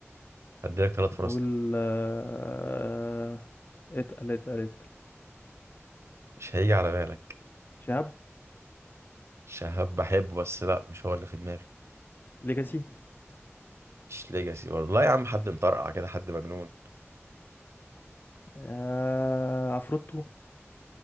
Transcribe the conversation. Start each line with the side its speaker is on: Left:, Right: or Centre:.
Right: هديلك ثلاث
Left: نقول
Right: فرص
Left: آه، اتقل اتقل اتقل
Right: مش هيجي على بالك
Left: شهاب
Right: شهاب بحبه بس لا مش هو اللي في دماغي
Left: ليجاسي
Right: مش ليجاسي برضه لا يا عم حد مطرقع كده حد مجنون
Left: آه... عفروتو